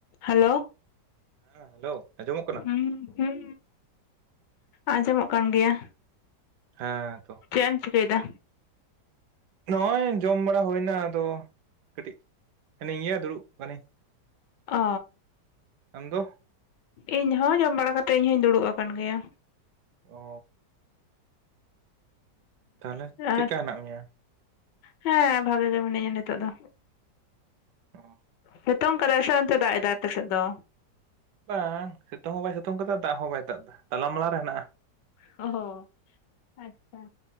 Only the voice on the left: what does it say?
hello
ᱦᱩᱸ ᱦᱩᱸ ᱟᱸᱡᱚᱢᱚᱜ ᱠᱟᱱ ᱜᱮᱭᱟ
ᱪᱮᱫ ᱮᱢ ᱪᱤᱠᱟᱹᱭᱮᱫᱟ
ᱚ
ᱤᱧᱦᱚᱸ ᱡᱚᱢ ᱵᱟᱲᱟ ᱠᱟᱛᱮᱫ ᱤᱧᱦᱩᱧ ᱫᱩᱲᱩᱵ ᱟᱠᱟᱱ ᱜᱮᱭᱟ
ᱟᱨ
ᱦᱮᱸ ᱵᱷᱟᱜᱮ ᱜᱮ ᱢᱤᱱᱟᱹᱧᱟ ᱱᱤᱛᱚᱜ ᱫᱚ
ᱥᱤᱛᱚᱝ ᱠᱟᱫᱟᱭ ᱥᱮ ᱚᱱᱛᱮ ᱫᱟᱜ ᱮᱫᱟᱭ ᱟᱯᱮ ᱥᱮᱫ ᱫᱚ
ᱚ ᱦᱚ ᱟᱪᱪᱷᱟ